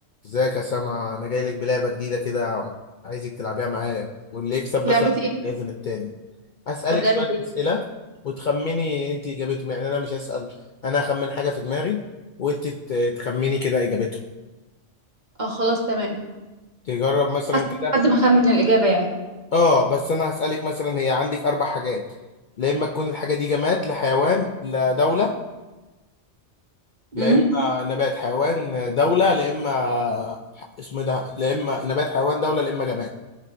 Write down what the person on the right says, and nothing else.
لعبة ايه
طب لعبة
ايه
اه خلاص تمام
حس
حد ما خمن الإجابة يعني
امم